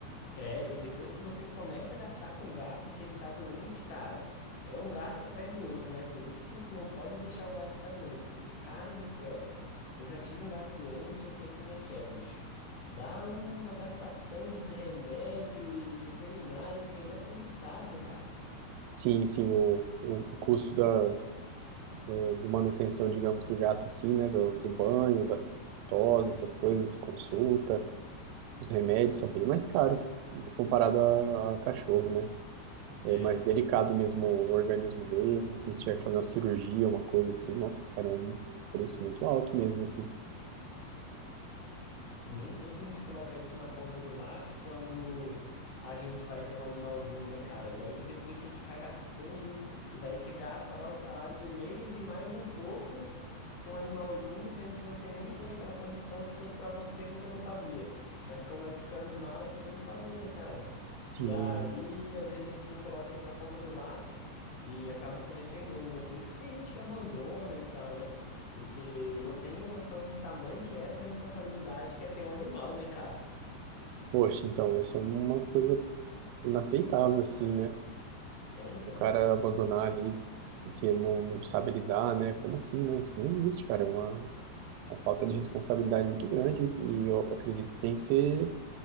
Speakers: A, on the left; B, on the right.
A: É, e depois que você começa a gastar com o gato que ele tá doente, cara, é um gasto atrás do outro, né? Por isso que não pode deixar o gato ficar doente, porque, cara do céu, eu já tive um gato doente, eu sei como é que é, bicho. Dá uma gastação de remédio e veterinário que é inacreditável, cara.
B: Sim, sim, o, o, o custo da, do, do manutenção, digamos, do gato, assim, né? Do, do banho, da tosa, essas coisas, consulta. Os remédios são bem mais caros do que comparado a, a cachorro, né? É
A: É.
B: mais delicado mesmo o organismo deles, assim, se tiver que fazer uma cirurgia, uma coisa assim, nossa, cara, é um preço muito alto mesmo, assim.
A: E nem sempre a gente coloca isso na ponta do lápis quando a gente vai ter um animalzinho, né, cara? Daí depois tem que ficar gastando, e daí você gasta lá o salário do mês e mais um pouco com o animalzinho, sendo que você nem tem aquela condição. Se fosse para você, você não fazia. Mas como é pro seu animal, você tem que fazer, né, cara?
B: Sim,
A: E aí, às vezes a gente não coloca isso na ponta do lápis e acaba se arrependendo, né? Por isso que tem gente que abandona e tal, né? Porque não tem a noção do tamanho que é essa responsabilidade que é ter um animal, né, cara?
B: poxa, então, essa é uma coisa inaceitável, assim, né?
A: É então,
B: O cara abandonar ali porque não, não sabe lidar, né? Como assim, né? Isso não existe, cara, é uma, uma falta de responsabilidade muito grande e eu acredito que tem que ser